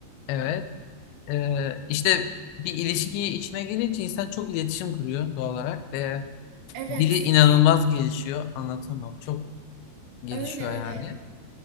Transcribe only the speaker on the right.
Evet,
öyle öyle.